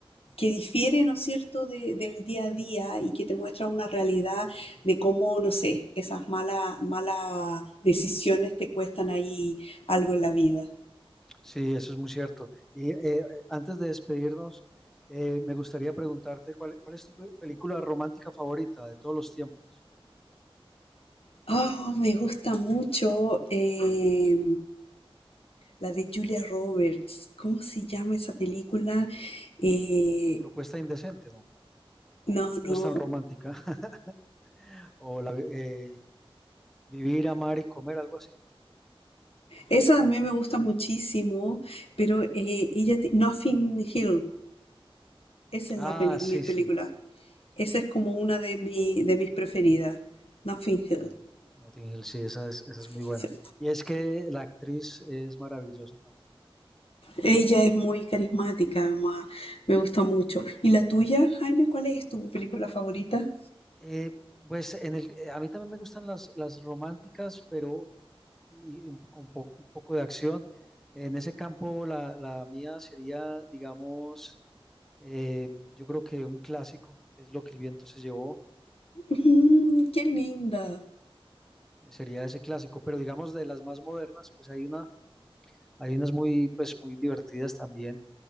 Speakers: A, on the left (about 75°); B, in the centre.
A: que difiere, ¿no es cierto?, de, del día a día y que te muestra una realidad de cómo, no sé, esas malas, malas decisiones te cuestan ahí algo en la vida.
B: Sí, eso es muy cierto. Y eh, antes de despedirnos, eh, me gustaría preguntarte cuál, cuál es tu pe- película romántica favorita de todos los tiempos.
A: Oh, me gusta mucho eh, la de Julia Roberts. ¿Cómo se llama esa película? Eh,
B: Propuesta indecente, ¿no? No,
A: no,
B: esta
A: no.
B: no es tan romántica. <laughs> O la, eh, Vivir, amar y comer, algo así.
A: Esa a mí me gusta muchísimo, pero eh, ella, ti- Nothing Hill, esa es
B: Ah,
A: la peli- mi
B: sí,
A: película
B: sí, sí,
A: Esa
B: sí,
A: es como una de, mi, de mis preferidas, Nothing Hill.
B: sí. Notting Hill, sí, esa es, esa es muy
A: Sí.
B: buena. Y es que la actriz es maravillosa también.
A: Ella es muy carismática, además, me gusta mucho. ¿Y la tuya, Jaime, cuál es tu película favorita?
B: Eh, pues en el, eh, a mí también me gustan las, las románticas, pero y un- con po- un poco de acción. En ese campo, la, la mía sería, digamos, eh, yo creo que un clásico, que es lo que el viento se llevó,
A: Mm, qué linda.
B: eh, sería ese clásico, pero digamos de las más modernas, pues hay una, hay unas muy, pues muy divertidas también,